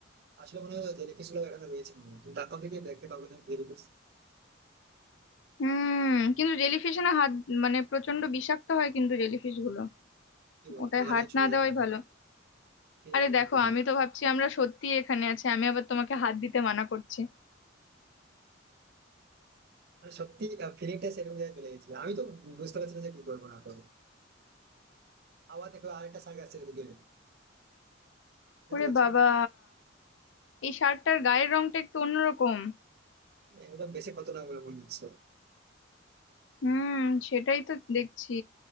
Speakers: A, on the right (about 50°); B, on the left (about 70°).
A: আসলে মনে হয় জেলিফিশ গুলো এখানে রয়েছে মনে হয় কিন্তু তারপর থেকে দেখতে পাবো না জেলিফিশ
B: হুম কিন্তু জেলিফিশে না হাত মানে প্রচন্ড বিষাক্ত হয় কিন্তু জেলিফিশ গুলো
A: কি বলো
B: ওটায়
A: তাহলে
B: হাত
A: ছোঁয়া
B: না
A: যাবে
B: দেওয়াই
A: না
B: ভালো
A: ঠিক
B: আরে
A: আছে না
B: দেখো
A: দিলাম
B: আমি তো ভাবছি আমরা সত্যি এখানে আছি আমি আবার তোমাকে হাত দিতে মানা করছি
A: মানে সত্যি ফিলিংটা সেরকম জায়গায় চলে গেছিল আমি তো বুঝতে পারছি না যে কি করবো না করবো আবার দেখো আরেকটা সার্ক আসছে দেখো দূরে দেখতে
B: ওরে
A: পাচ্ছ
B: বাবা এই শার্টটার গায়ের রংটা একটু অন্যরকম
A: হ্যাঁ, ওটা বেশি খতরনাক বলে মনে হচ্ছে
B: হুম সেটাই তো দেখছি